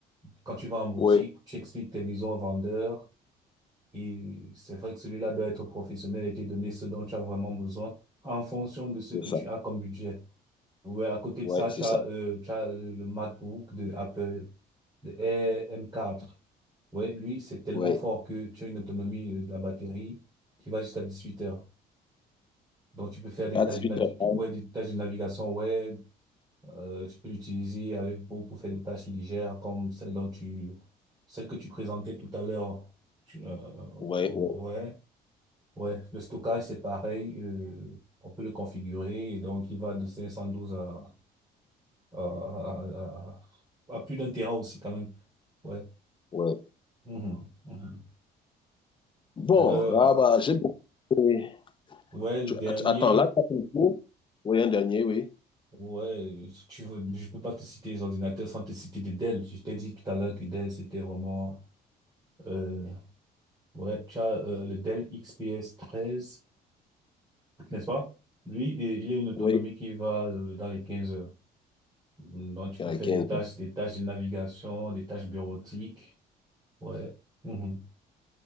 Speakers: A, on the right; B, on the left.
A: Quand tu vas en boutique,
B: Oui,
A: tu expliques tes besoins au vendeur et c'est vrai que celui-là doit être professionnel et te donner ce dont tu as vraiment besoin en fonction de ce
B: c'est
A: que
B: ça.
A: tu as comme budget. Ouais, à côté
B: Oui,
A: de ça,
B: c'est
A: tu
B: ça.
A: as, euh, tu as euh, le MacBook de Apple, le Air M4. Ouais, lui, c'est tellement
B: Oui.
A: fort que tu as une autonomie euh, de la batterie qui va jusqu'à 18 heures. Donc, tu peux faire des
B: À
A: tâches
B: dix-huit
A: de, navi-
B: heures. trente.
A: ouais, des tâches de navigation web. euh, tu peux l'utiliser avec pour, pour faire des tâches légères comme celle dont tu, celle que tu présentais tout à l'heure. Tu- euh, oh,
B: Oui, oui,
A: ouais, ouais. Le stockage, c'est pareil. euh, on peut le configurer et donc il va de 512 à euh, à, à- à plus d'un terrain aussi quand même. Ouais.
B: oui.
A: Mhm, mhm.
B: Bon,
A: Euh,
B: ah bah, j'ai demandé-
A: ouais, le
B: tu-
A: dernier.
B: att- Attends, là, tu as fait le tour. Oui, un dernier, oui.
A: Ouais, si tu veux, je peux pas te citer les ordinateurs sans te citer des Dell. Je t'ai dit tout à l'heure que Dell, c'était vraiment, euh, ouais, tu as, euh, le Dell XPS 13, n'est-ce pas? Lui, il il a une autonomie
B: Oui,
A: qui va, euh, dans les 15 heures. Donc, tu peux
B: à
A: faire
B: 15
A: des tâches,
B: heures.
A: des tâches de navigation, des tâches bureautiques. Ouais. Mhm.